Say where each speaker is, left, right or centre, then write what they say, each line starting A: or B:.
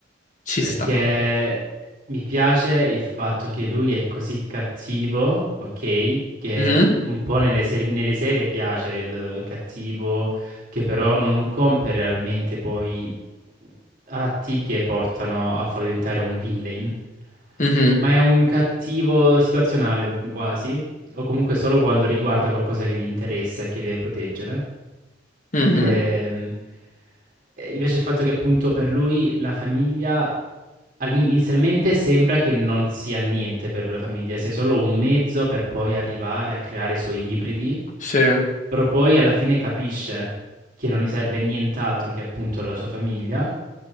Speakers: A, on the left; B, on the right.
A: Ci
B: Perché
A: sta.
B: mi piace il fatto che lui è così cattivo, ok? Che
A: Mhm,
B: un po' nelle serie, nelle serie piace il cattivo, che però non compie realmente poi atti che portano a far diventare un villain.
A: mhm,
B: Ma è un cattivo situazionale mhmm, quasi, o comunque solo quando riguarda qualcosa che gli interessa e che deve proteggere.
A: mhm.
B: Ehm, e invece il fatto che appunto per lui la famiglia all'in- inizialmente sembra che non sia niente per lui la famiglia, sia solo un mezzo per poi arrivare a creare i suoi ibridi,
A: Sì,
B: però poi alla fine capisce che non gli serve nient'altro che appunto la sua famiglia